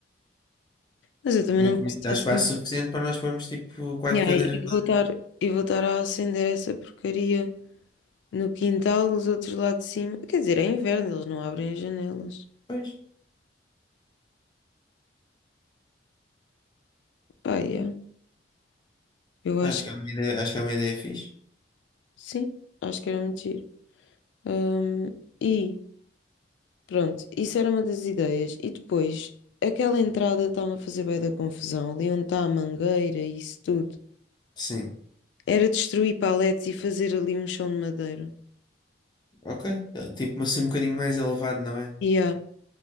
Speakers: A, on the left (about 70°); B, on the left (about 25°).
A: Mas eu também
B: Mas
A: não
B: também
A: posso estar
B: dá espaço
A: sem.
B: suficiente para nós pormos tipo quatro
A: Ya,
B: cadeiras
A: e e
B: lá
A: vou estar, e vou estar a acender essa porcaria no quintal, os outros lá de cima. Quer dizer, é inverno, eles não abrem as janelas.
B: depois.
A: Pá, yeah. Eu acho,
B: Acho que é uma ideia, acho que é uma ideia é fixe.
A: sim, acho que era muito giro. Hum, e Pronto, isso era uma das ideias. E depois, aquela entrada estava a fazer bem da confusão. Ali onde está a mangueira e isso tudo.
B: Sim.
A: Era destruir paletes e fazer ali um chão de madeira.
B: Ok. É, Tipo, mas assim um bocadinho mais elevado, não é?
A: E